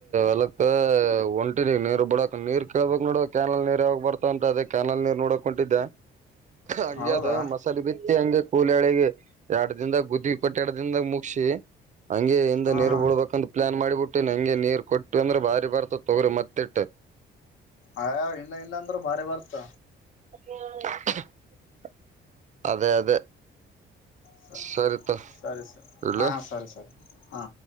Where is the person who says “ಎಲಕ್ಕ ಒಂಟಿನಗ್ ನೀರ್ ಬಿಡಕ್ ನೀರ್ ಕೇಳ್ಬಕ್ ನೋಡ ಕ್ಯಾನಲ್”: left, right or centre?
Right